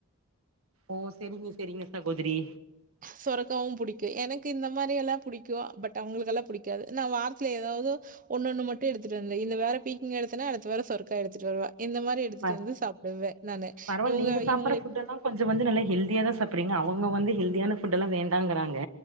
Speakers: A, on the right (about 65°); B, on the right (about 40°).
A: ஓ செரிங்க செரிங்க சகோதரி
B: சொரக்காவு புடிக்கு எனக்கு இந்த மாரியெல்லா புடிக்கு பட் அவுங்குளுக்கெல்லா புடிக்காது நா வாரத்ல எதாவ்து ஒன்னொன்னு மட்டு எடுத்துட்டு வந்த இந்த வார பீக்கிங்கா எடுத்தனா அடுத்த வாரோ சொருக்கா எடுத்துட்டு வருவ இந்த மாரி எடுத்துட்டு
A: பர்
B: வந்து சாப்டுவே நானு
A: பரவால்ல
B: இவுங்ள
A: நீங்க சாப்பட்ற
B: இவுங்களே
A: ஃபுட்டெல்லா கொஞ்சோ வந்து நல்லா ஹெல்தியாதா சாப்றீங்க அவுங்க வந்து ஹெல்தியான ஃபுட்டெலா வேண்டாங்குறாங்க